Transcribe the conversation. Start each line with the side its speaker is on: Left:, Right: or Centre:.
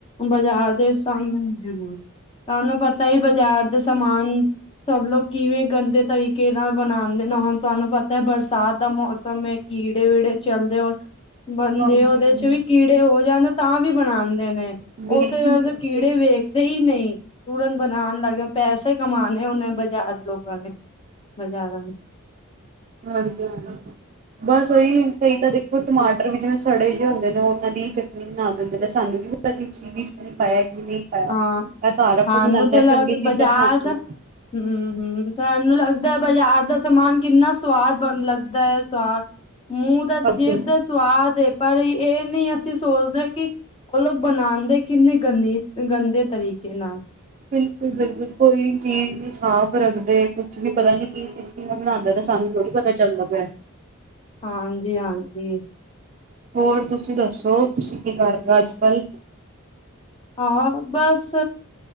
Left: ਬਜਾਰ ਦੇ ਸਾਮ ਹੂੰ, ਤੁਆਨੂੰ ਪਤਾ ਈ ਬਾਜਾਰ ਦੇ ਸਾਮਾਨ ਸਭ ਲੋਕ ਕਿਵੇਂ ਗੰਦੇ ਤਰੀਕੇ ਨਾਲ ਬਣਾਂਦੇ ਨੇ। ਹੋਣ ਤੁਆਨੂੰ ਪਤੈ ਬਰਸਾਤ ਦਾ ਮੌਸਮ ਏ ਕੀੜੇ-ਵੀੜੇ ਚੱਲਦੇ ਹੋਣ ਬੰਦੇ
Right: ਹਾਂਜੀ
Left: ਓਦੇ
Right: ਹਾਂਜੀ
Left: 'ਚ ਵੀ ਕੀੜੇ ਹੋ ਜਾਨ ਓ ਤਾਂ ਵੀ ਬਣਾਂਦੇ ਨੇ।
Right: ਬਿਲਕੁਲ
Left: ਓ ਤੇ ਕੀੜੇ ਵੈਸੇ
Right: ਬਿਲਕੁਲ
Left: ਕੀੜੇ ਵੇਖਦੇ ਈ ਨਈ। ਉਰਨ ਬਨਾਨ ਲੱਗ ਜਾਂਦ, ਪੈਸੇ ਕਮਾਨੇ ਓਨੇ ਬਾਜਾਰ ਲੋਕਾਂ ਨੇ, ਬਾਜਾਰਾਂ ਨ
Right: ਹਾਂਜੀ-ਹਾਂਜੀ। ਬਸ ਓਈ ਕਈ ਤਾਂ ਦੇਖੋ ਟਮਾਟਰ ਵੀ ਜਿਵੇਂ ਸੜੇ ਜੇ ਹੁੰਦੇ ਨੇ, ਓਨਾਂ ਦੀ ਈ ਚਟਨੀ ਬਨਾ ਦਿੰਦੇ ਨੇ। ਸਾਨੂੰ ਵੀ ਕਿਸ ਚੀਜ ਇੱਚ ਕੀ ਪਾਇਐ, ਕੀ ਨੀ ਪਾਇਆ।
Left: ਹਾਂ
Right: ਐ ਘਾਰ ਆਪਾਂ
Left: ਸਾਨੂੰ
Right: ਬਨਾਨੇ
Left: ਤੇ
Right: ਆਂ
Left: ਲੱਗ
Right: ਚੰਗੀ ਚੀਜਾਂ
Left: ਬਾਜ਼ਾਰ
Right: ਬਨਾਨੇ
Left: ਦਾ
Right: ਐਂ।
Left: ਹੂੰ-ਹੂੰ, ਸਾਨੂੰ ਲੱਗਦੈ ਬਾਜਾਰ ਦਾ ਸਮਾਨ ਕਿੰਨਾ ਸਵਾਦ ਬਨ ਲੱਗ ਦੈ ਸਵਾ। ਮੂੰਅ ਦਾ,
Right: ਬਣਾਉਂਦੇ
Left: ਜੀਭ ਦਾ ਤੁਆਦ ਏ। ਪਰ ਈ ਏ ਨੀ ਅਸੀ ਸੋਚਦੇ ਕਿ ਓ ਲੋਗ ਬਨਾਂਦੇ ਕਿੰਨੀ ਗੰਦੀ ਅ ਗੰਦੇ ਤਰੀਕੇ ਨਾਲ।
Right: ਬਿਲਕੁਲ-ਬਿਲਕੁਲ, ਕੋਈ ਚੀਜ ਨੀ ਸਾਫ ਰੱਖਦੇ‌। ਕੁਛ ਵੀ ਪਤਾ ਨੀ ਕੀ ਚੀਜ ਕਿਵੇਂ ਬਨਾਂਦੇ ਨੇ ਸਾਨੂੰ ਥੋੜੀ ਪਤਾ ਚੱਲਦਾ ਪਿਐ।
Left: ਹਾਂਜੀ-ਹਾਂਜੀ।
Right: ਹੋਰ ਤੁਸੀ ਦੱਸੋ? ਤੁਸੀ ਕੀ ਕਰ ਰੇ ਓ, ਅੱਜ-ਕੱਲ?
Left: ਹਾਂ, ਬਸ